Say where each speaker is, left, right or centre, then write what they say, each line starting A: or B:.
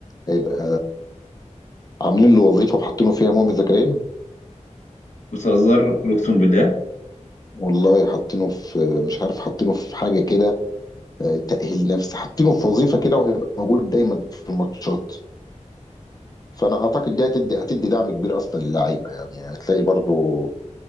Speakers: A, on the left; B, on the left.
A: هيبقى عاملين له وظيفه وحاطينه فيها مؤمن زكريا
B: بتهزر قول اقسم بالله
A: والله حاطينه في مش عارف حاطينه في حاجه كده آه، تأهيل نفسي حاطينه في وظيفه كده وهيبقى موجود دايما في الماتشات فانا اعتقد دي هتدي هتدي دعم كبير اصلا للعيبه يعني هتلاقي برضو